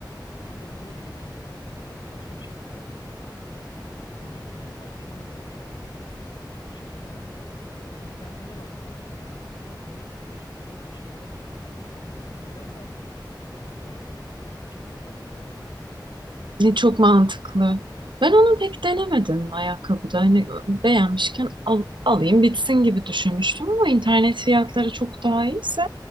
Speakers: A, on the left; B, on the right.
A: daha uyguna gelebiliyor. Yani çok saçma bir şekilde Örnek veriyorum a- 7000 lira bir ayakkabı şeyde mağazada e, internetinden aldığın zaman internet sitesinden aldığın zaman 5.5'a beşe kadar düşebiliyor. E, neden ben gidip mağazaya ekstra ye- 2000 lira daha para vereyim
B: Ne
A: gibi
B: çok
A: detaylar
B: mantıklı.
A: geliyor.
B: Ben onu pek denemedim ayakkabıda. Hani beğenmişken al- alayım bitsin gibi düşünmüştüm ama internet fiyatları çok daha iyiyse